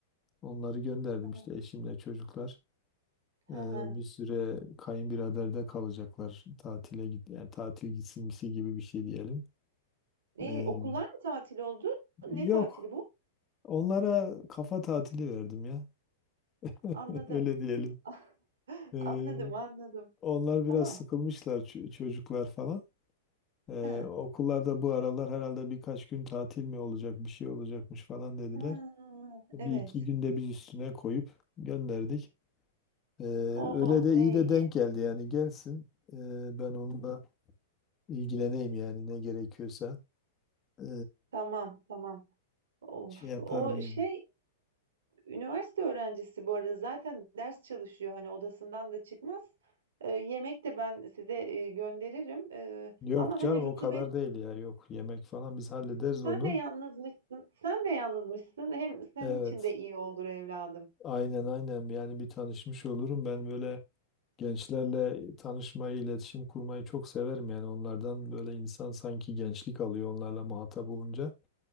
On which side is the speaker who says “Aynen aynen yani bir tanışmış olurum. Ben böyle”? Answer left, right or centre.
Left